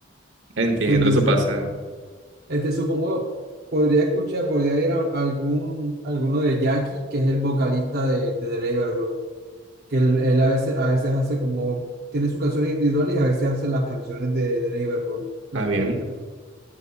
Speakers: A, on the right (about 75°); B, on the right (about 50°).
A: entiendo,
B: Entonces,
A: eso pasa.
B: este supongo, podría escuchar, podría ir a algún, alguno de Jackie, que es el vocalista de, de The Neighborhood, que él, él a veces, a veces hace como, tiene sus canciones individuales y a veces hace las canciones de The Neighborhood, las
A: Ah, bien.
B: canta.